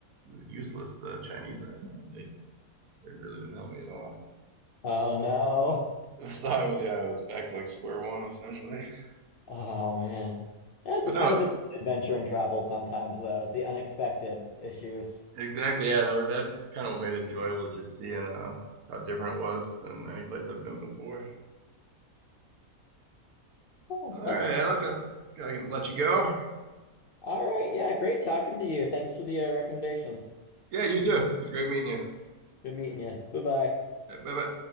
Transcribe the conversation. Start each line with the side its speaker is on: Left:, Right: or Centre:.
Right: was useless. The Chinese I had learned they they really didn't help me at all.
Left: Oh no.
Right: <laughs> So I was yeah I was back to like square one essentially. <laughs>
Left: Oh man. That's
Right: But
Left: kind
Right: no,
Left: of its own adventure and travel sometimes though, is the unexpected issues.
Right: exactly. Yeah, that was that's kind of what made it enjoyable is just seeing uh how different it was than any place I've been before.
Left: Oh,
Right: All right,
Left: that's
Right: Alec, I think I can let you go.
Left: all right. Yeah, great talking to you. Thanks for the uh, recommendations.
Right: Yeah, you too. It was great meeting you.
Left: Good meeting you. Bye-bye.
Right: Bye bye.